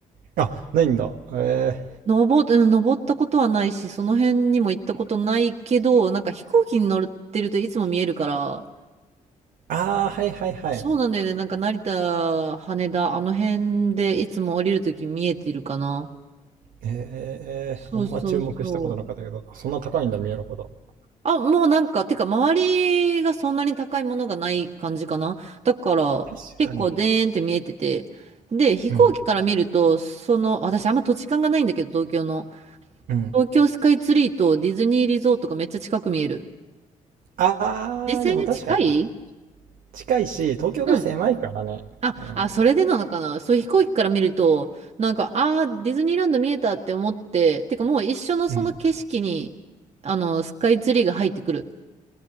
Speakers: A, on the right; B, on the right.
A: あ、ないんだ。え
B: 登っ、うん登ったことはないし、その辺にも行ったことないけど、なんか飛行機に乗ってるといつも見えるから、
A: ー、ああ、はいはいはい。
B: そうなんだよね。なんか成田、羽田、あの辺でいつも降りるとき見えてるかな。
A: えー、
B: そうそうそう。
A: あんま注目したことなかったけど、そんな高いんだ、見えるほど。
B: あ、もうなんか、てか周りがそんなに高いものがない感じかな。だから、
A: 確かに。
B: 結構でーんって見えてて。で、飛行機から見ると、
A: うん。
B: その、私あんま土地勘がないんだけど、東京の。
A: うん。
B: 東京スカイツリーとディズニーリゾートがめっちゃ近く見える。
A: ああ、
B: 実際に近い
A: でも確かにな。近いし、東京が狭いからね。
B: うん。あ、
A: うん。
B: あ、それでなのかな。そう、飛行機から見ると、なんか、ああ、ディズニーランド見えたって思って、てかもう一緒のその景色に、
A: うん。
B: あの、スカイツリーが入ってくる。